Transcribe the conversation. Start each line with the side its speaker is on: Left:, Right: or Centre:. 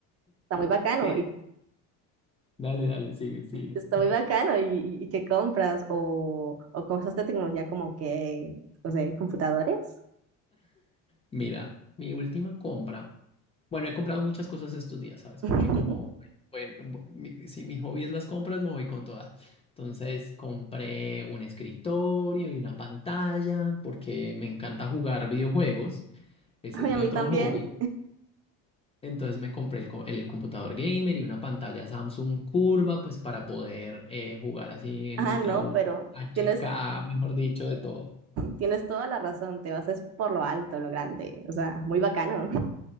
Right: Está muy bacano,
Left: ¿Qué?
Right: y
Left: Dale, dale, sigue, sigue.
Right: está muy bacano, y, y- y que compras o, o cosas de tecnología como que, no sé, computadores.
Left: Mira, mi última compra. Bueno, he comprado muchas cosas estos días, ¿sabes?
Right: <laughs>
Left: Porque como, bueno, bueno, mi- si mi hobby es las compras, me voy con toda. Entonces compré un escritorio y una pantalla porque me encanta jugar videojuegos. Ese
Right: Ay,
Left: es mi
Right: a mí
Left: otro
Right: también.
Left: hobby. Entonces me compré el, co- el computador gamer y una pantalla Samsung curva, pues para poder eh, jugar así en
Right: Ah,
Left: Ultra
Right: no,
Left: U-
Right: pero...
Left: HK,
Right: ¿Tienes,
Left: mejor dicho, de todo.
Right: Tienes toda la razón, te vas es por lo alto, lo grande, o sea, muy bacano.